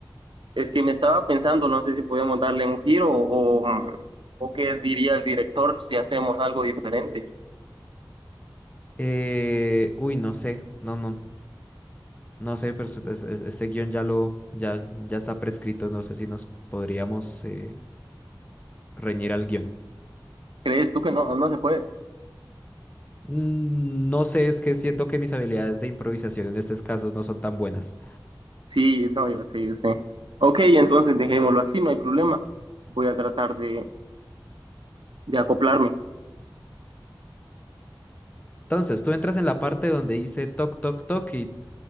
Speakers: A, on the right (about 80°); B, on the left (about 20°).
A: es que me estaba pensando, no sé si podemos darle un giro o, o, o qué diría el director si hacemos algo diferente.
B: Eh, uy, no sé, no, no, no sé, pero es- es- este guión ya lo, ya, ya está prescrito, no sé si nos podríamos eh, reñir al guión.
A: ¿Crees tú que no, no se puede?
B: Mm, No sé, es que siento que mis habilidades de improvisación en estos casos no son tan buenas.
A: Sí, no, yo sé, yo sé. Ok, entonces dejémoslo así, no hay problema. Voy a tratar de, de acoplarme.
B: Entonces, tú entras en la parte donde dice toc, toc, toc y